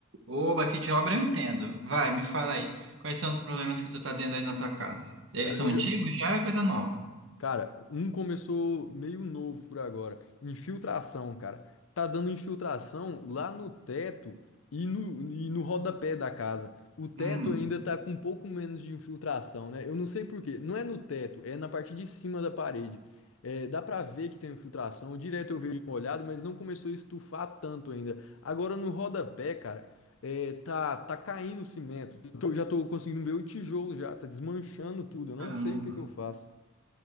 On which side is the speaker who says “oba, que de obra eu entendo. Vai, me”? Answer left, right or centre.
Right